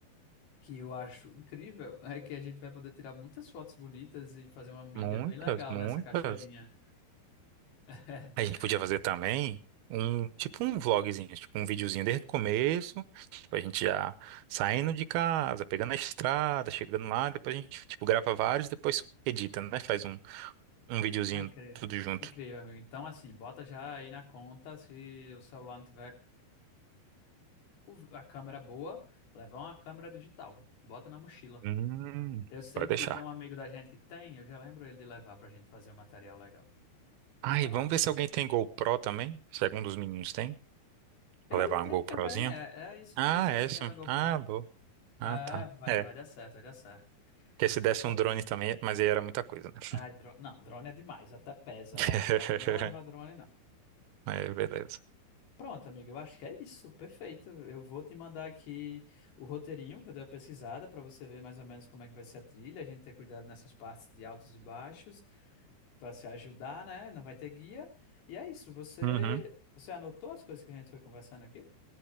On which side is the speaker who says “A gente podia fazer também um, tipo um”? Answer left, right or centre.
Right